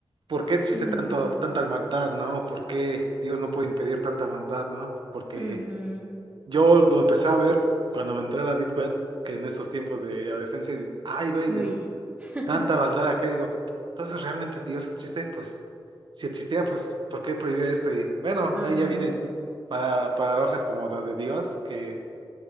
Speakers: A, on the right (about 65°); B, on the right (about 15°).
A: ¿por qué existe
B: Mm,
A: tanto, tanta maldad, no? ¿Por qué Dios no puede impedir tanta maldad, no? Porque
B: ujú,
A: yo lo empecé a ver cuando me entré a la Deep Web, que en esos tiempos de adolescencia, y- ay, güey,
B: Uy.
A: digo
B: <laughs>
A: tanta maldad acá, digo, entonces realmente Dios existe, pues si existía, pues ¿por qué prohibía esto? Y bueno,
B: Ajá.
A: ahí ya vienen para, paradojas como las de Dios, que